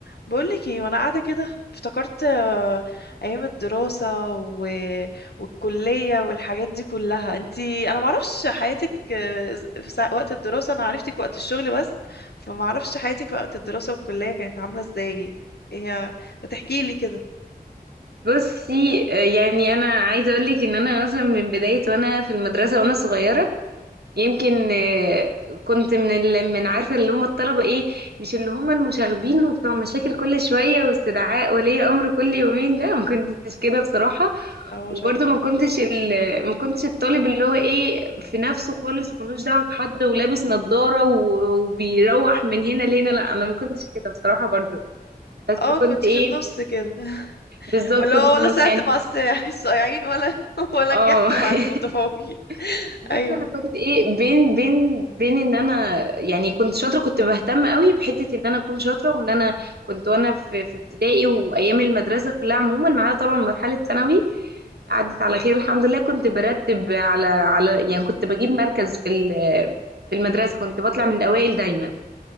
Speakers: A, on the left; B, on the right.
A: بقولك ايه وانا قاعده كده افتكرت آه، ايام الدراسه و... والكليه والحاجات دي كلها انتي انا معرفش حياتك آه، في سا- وقت الدراسه انا عرفتك وقت الشغل بس فمعرفش حياتك في وقت الدراسه والكليه كانت عامله ازاي ايه هي بتحكي لي كده
B: بصي آه، يعني انا عايزه اقول لك ان انا مثلا من بدايه وانا في المدرسه وانا صغيره يمكن آه، كنت من ال... من عارفه اللي هم الطلبه ايه مش اللي هم المشاغبين وبتوع مشاكل كل شويه واستدعاء ولي امر كل يومين ده ما كنتش كده بصراحه
A: اه
B: وبرضه
A: شاطره
B: ما كنتش ال... ما كنتش الطالب اللي هو ايه في نفسه خالص وملوش دعوه بحد ولابس نظاره و... وبيروح من هنا لهنا لا انا ما كنتش كده بصراحه برضه بس
A: اه كنت
B: كنت ايه
A: في النص كده <laughs>
B: بالظبط
A: ولا
B: كنت في
A: ولا
B: النص
A: ساعدت
B: يعني
A: مع الس- يعني الصايعين ولا <laughs> ولا
B: اه
A: نجحت مع المتفوقين
B: <laughs>
A: <laughs>
B: بس
A: ايوه
B: انا كنت ايه بين بين بين ان انا يعني كنت شاطره كنت بهتم قوي بحته ان انا اكون شاطره وان انا كنت وانا في في ابتدائي وايام المدرسه كلها عموما ما عدا طبعا مرحله ثانوي عدت على خير الحمد لله كنت برتب على على يعني كنت بجيب مركز في ال- في المدرسه كنت بطلع من الاوائل دايما